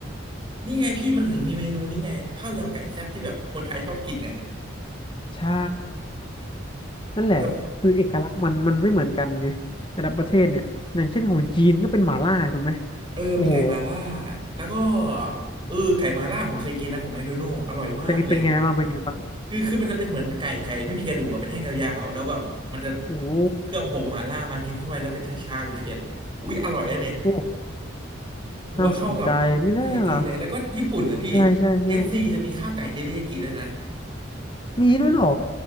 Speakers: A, on the right (about 25°); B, on the left (about 25°).
A: นี่ไงพี่มันถึงมีเมนูนี่ไงข้าวยำไก่แซ่บที่แบบคนไทยชอบกินกันนะ
B: ใช่ นั่นแหละคือเอกลักษณ์มันมันไม่เหมือนกันไงแต่ละประเทศเนี่ยอย่างเช่นของจีนก็เป็นหม่าล่าถูกไหม
A: แต่ เออมีไก่มาล่า
B: โอ้โห
A: แล้วก็เออไก่มาล่าผมเคยกินนะของแมคโดนัลด์อร่อยมากเลย
B: เป็นเป็นไงบ้างเป็นไงบ้าง
A: คือคือมันจะเป็นเหมือนไก่ไก่ ไม่มีกระดูกอะเป็นแท่งยาวๆแล้วแบบมันจะ
B: โอ้โห
A: เคลือบผงหมาล่ามากินเข้าไปแล้วเป็นชาๆเผ็ดๆอุ๊ยอร่อยอะเนี่ย
B: โอ้
A: ถือว่าเข้ากับประเทศจีนเลย
B: น่าสนใจไม่น่าล่ะ
A: แล้วก็ญี่ปุ่นนะพี่
B: ใช่ใช่ใช่
A: k ซ c จะมีข้าวไก่เทริยากิด้วยนะ
B: มีด้วยเหรอ